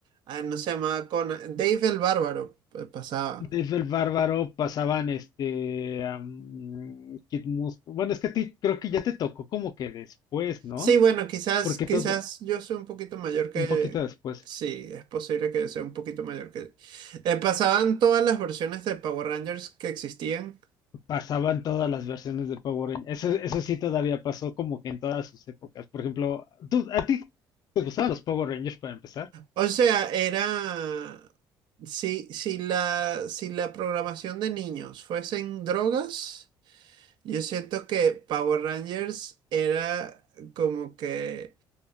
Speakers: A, on the right (about 60°); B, on the left (about 50°).
A: ah, no se llamaba Conan, Dave el Bárbaro, pues, pasaba.
B: Dave el Bárbaro, pasaban este am, Kid Mus. Bueno, es que a ti creo que ya te tocó como que después, ¿no?
A: Sí, bueno, quizás,
B: Porque
A: quizás
B: todo,
A: yo soy un poquito mayor que...
B: un poquito después.
A: Sí, es posible que sea un poquito mayor que... Eh, pasaban todas las versiones de Power Rangers que existían.
B: pasaban todas las versiones de Power Rangers. Eso, eso sí todavía pasó como que en todas sus épocas. Por ejemplo, ¿tú- ¿a ti te gustaban los Power Rangers para empezar?
A: O sea, era... Si, si la, si la programación de niños fuesen drogas, yo siento que Power Rangers era como que